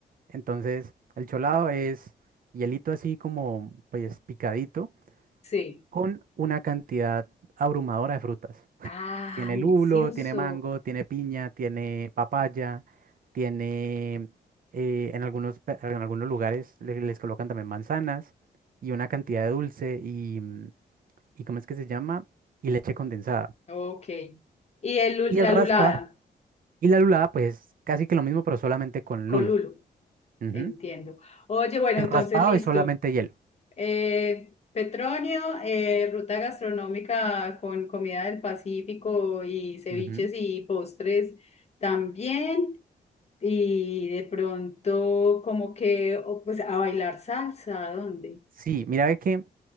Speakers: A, on the right; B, on the left.
A: Entonces, el cholado es hielito así como, pues, picadito,
B: sí.
A: con una cantidad abrumadora de frutas.
B: Ah,
A: Tiene
B: delicioso.
A: lulo, tiene mango, tiene piña, tiene papaya, tiene eh, en algunos, pe- en algunos lugares le- les colocan también manzanas y una cantidad de dulce y, mm, y ¿cómo es que se llama? Y leche condensada.
B: Ok. Y el, lu-
A: Y
B: la
A: el raspa
B: lulada,
A: y la lulada, pues casi que lo mismo, pero solamente con
B: con
A: lulo.
B: lulo,
A: Ujú.
B: entiendo. Oye, bueno,
A: El
B: entonces
A: raspado
B: listo.
A: es solamente hielo.
B: Eh, Petronio, eh, ruta gastronómica con comida del Pacífico y ceviches
A: Ujú.
B: y postres también. Y de pronto, como que, o, pues a bailar salsa, ¿a dónde?
A: Sí, mira ve que